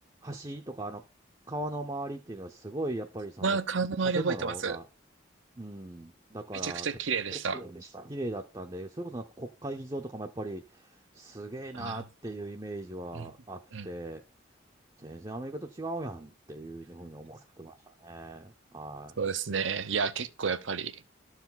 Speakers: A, on the right; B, on the right.
A: 橋とかあの、川の周りっていうのはすごいやっぱりそ
B: まあ、顔の周り覚えてます。
A: の建物が、うん。だから、
B: めちゃくちゃ綺麗でした。
A: た綺麗でした。綺麗だったんで、それこそなんか国会議場とかもやっぱり、すげえなーっていうイメージはあって、
B: あー、うんうんうん。
A: 全然アメリカと違うやんっていうふうに思ってましたね。は
B: そうですね。いや、結構やっぱり、